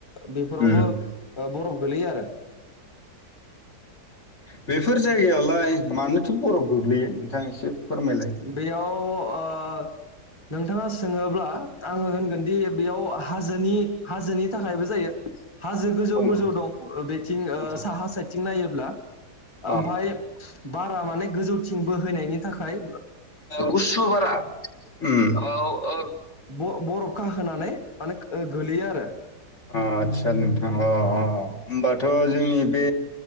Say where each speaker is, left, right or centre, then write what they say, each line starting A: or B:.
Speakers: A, on the left; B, on the left.
A: बेफोरावबो
B: उम
A: बरफ गोलैयो आरो
B: बेफोर जायगायाव ओमाय मानोथ' बरफ गोग्लैयो नोंथाङा एसे फोरमायलाय
A: बेयाव ओ नोंथाङा सोंङोब्ला आंङो होनगोनदि बेयाव हाजोनि हाजोनि थाखायबो जायो हाजो गोजौ
B: अ
A: गोजौ दं
B: अ
A: साहा साइथिं नायोब्ला
B: औ
A: ओमफाय बार माने गोजौथिं बोहैयनायनि थाखाय
B: गुसु बारा ओम औ औ
A: ब-बरफ खाहोनानै माने ओ गोलैयो आरो
B: आदसा नोंथाङा अ
A: औ
B: अ होमबाथ' जोंनि बे